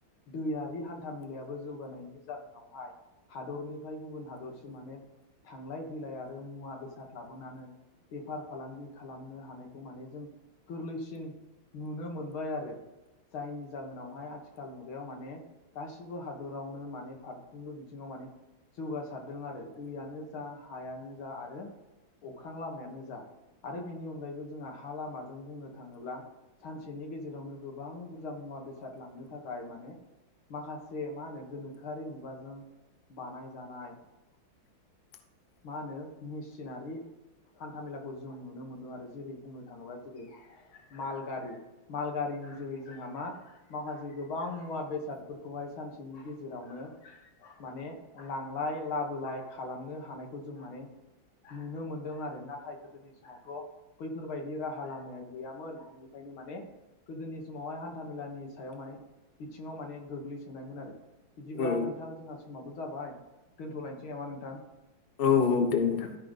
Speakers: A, on the left; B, on the left.
A: दैयारि हान्था मेलायाबो जौगानायनि जाहोनावहाय हादरनिफ्राय गुबुन हादरसि माने थांलाय फैलाय आरो मुवा बेसाद लाबोनानै बेफार फालांगि खालामनो हानायखौ माने जों गोरलैसिन नुनो मोनबाय आरो। जायनि जाहोनावहाय आथिखाल मुगायाव माने गासिबो हादरावनो माने फारफ्रोमबो बिथिङाव माने जौगासारदों आरो दैयानो जा हायानो जा आरो अख्रां लामायानो जा। आरो बेनि अनगायैबो जोंहा हा लामाजों बुंनो थांङोब्ला सानसेनि गेजेरावनो गोबां बुरजा मुवा बेसाद लांनो थाखाय माने माखासे मा होनो गोनोखोआरि मुगाजों बानायजानाय
B: <inaudible>
A: मा होनो मेसिनारि हान्थामेलाखौ जों नुनो मोनदों आरो। जेरै बुंनो थाङोब्ला जेरै मालगारि माल गारिनि जोहै जोंहा मा माखासे गोबां मुवा बेसादफोर खौहाय सानसेनि गेजेरावनो माने लांलाय लाबोलाय खालामनो हानायखौ जों माने नुनो मोनदों आरो नाथाय गोदोनि समावथ' बैफोरबायदि राहा लामाया गैयामोन। बिनिखायनो माने गोदोनि समावहाय हान्थामेलानि सायाव माने बिथिङाव माने गोग्लैसोनायमोन आरो। बिदिब्ला
B: औ
A: नोंथां जोंहा स समाबो जाबाय दोन्थ'लायनोसै नामा नोंथां?
B: औ औ दे नोंथां।